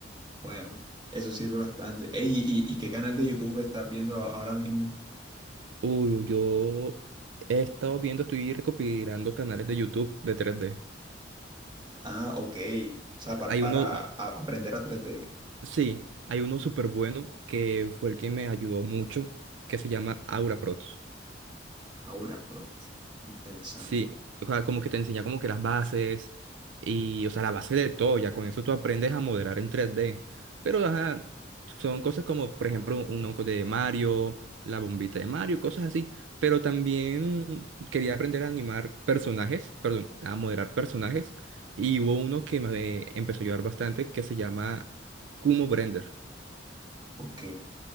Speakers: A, on the right; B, on the right.
A: Bueno, eso sirve bastante. Ey, y, y- y qué canal de YouTube estás viendo a- ahora mismo?
B: Uy, yo he estado viendo, estoy recopilando canales de YouTube de tres d
A: Ah, ok. O sea, para,
B: Hay
A: para
B: uno,
A: a- aprender a 3D.
B: sí, hay uno súper bueno que fue el que me ayudó mucho, que se llama Aura Prot.
A: Ahora, pero interesante.
B: Sí, o sea, como que te enseña como que las bases y, o sea, la base de todo, ya con eso tú aprendes a modelar en tres d Pero, ajá, son cosas como, por ejemplo, un onco de Mario, la bombita de Mario, cosas así. Pero también quería aprender a animar personajes, perdón, a modelar personajes. Y hubo uno que me empezó a ayudar bastante que se llama Kumo Brender.
A: Ok.